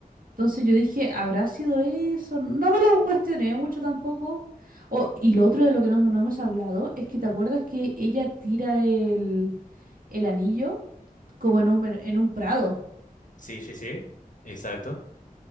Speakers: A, on the right; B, on the left.
A: Entonces yo dije, ¿habrá sido eso? No me lo cuestioné mucho tampoco. Oh, y lo otro de lo que no, no hemos hablado es que
B: Ujú.
A: te acuerdas que ella tira el, el anillo como en un, mer- en un prado.
B: Sí, sí, sí. Exacto.